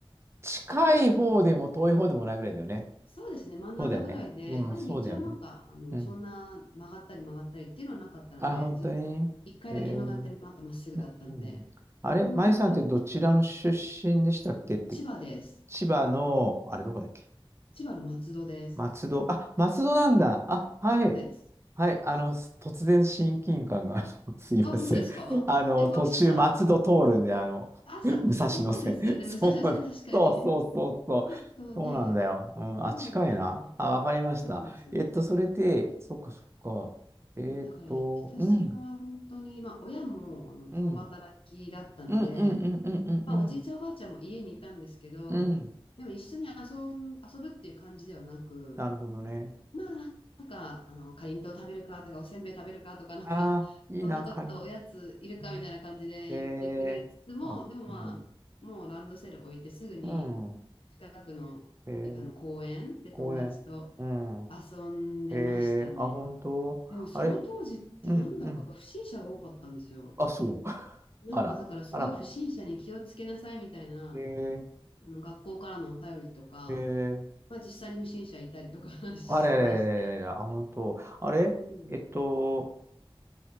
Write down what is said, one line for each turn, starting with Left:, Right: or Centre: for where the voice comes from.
Right: 近い方でも遠い方でもないぐらいだよね。
Left: そうですね、真ん中ぐらいで、
Right: そうだよね。うん、
Left: でも道はなんか、
Right: そうだよね。
Left: あの、
Right: うん。
Left: そんな曲がったり曲がったりっていうのはなかったので、
Right: あ、本当に。
Left: ずっと1回だけ曲がって、
Right: えー、
Left: またまっすぐだったので、
Right: うん。あれ、
Left: うん、
Right: 舞さんってどちらの出身でしたっけって、
Left: 割とち千葉です。
Right: 千葉の、あれどこだっけ
Left: 千葉の松戸です。
Right: 松戸。あ、松戸なんだ。あ、はい。
Left: そうです。
Right: はい。あの、す突然親近感が、あの、<laughs> すいません。
Left: あ、本当ですかえ、
Right: あの、途中松戸通るんで、
Left: 脇さん。
Right: あの、
Left: あ、
Right: 武蔵野線。
Left: そそうですよね、
Right: <laughs> そう、
Left: 武蔵野線確かに。
Right: そうそうそうそう。
Left: <laughs> とね、
Right: そうなんだよ。うん、
Left: そうなんですね。
Right: あ、近いな。あ、わかりました。
Left: そうなんです。
Right: えっと、それで、そっかそっか。えっと、
Left: だからひひたすら本当に、
Right: うん、
Left: まあ、親もあの共働きだったので、
Right: うん、うん、うん、うん、うん、うん、
Left: まあ、
Right: うん。
Left: おじいちゃんおばあちゃんも家にいたんですけど、
Right: うん
Left: でも一緒に遊ん、遊ぶっていう感じではなく、
Right: なるほどね。
Left: まあなんか、あの、かりんとう食べるかとか、おせんべい食べるかとか、なんか、
Right: ああ、
Left: <laughs>
Right: いいな、
Left: そんなことおやついるかみたいな感じで言ってくれつつも、
Right: 仮に。うん、えー、あ、
Left: でもまあ、
Right: うん。
Left: もうランドセル置いてすぐに
Right: うん。
Left: 近くの、
Right: えー、
Left: いあの公園で友達と
Right: 公園。うん。
Left: 遊んでましたね。
Right: えー、あ、本当。
Left: でもその当時ってなんだか不審者が多かったんですよ。
Right: あれうん、うん。あ、そう。<laughs>
Left: なんかだからすごい不審者に気をつけなさいみたいな、
Right: あら。あらま。え
Left: あの学校からのお便りとか、
Right: ー、えー、
Left: まあ実際に不審者いたりとか <laughs> してました。
Right: あれあれあれあれあれあれ、あ、本当。あれえっと、
Left: うん。